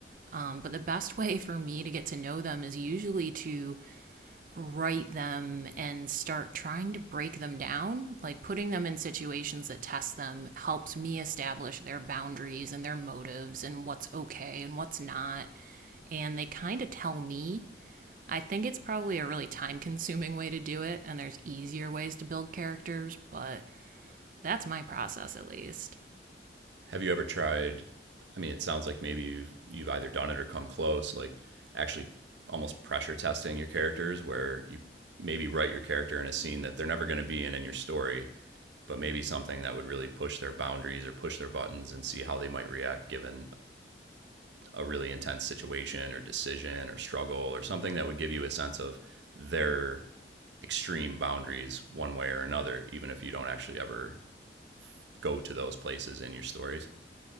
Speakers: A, on the right; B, on the right.
A: Um, but the best way <laughs> for me to get to know them is usually to write them and start trying to break them down. Like putting them in situations that test them helps me establish their boundaries and their motives and what's okay and what's not. And they kind of tell me I think it's probably a really time consuming way to do it, and there's easier ways to build characters, but that's my process, at least.
B: Have you ever tried? I mean, it sounds like maybe you've you've either done it or come close, like actually almost pressure testing your characters, where you maybe write your character in a scene that they're never going to be in in your story, but maybe something that would really push their boundaries or push their buttons and see how they might react given a really intense situation or decision or struggle or something that would give you a sense of their extreme boundaries one way or another, even if you don't actually ever go to those places in your stories.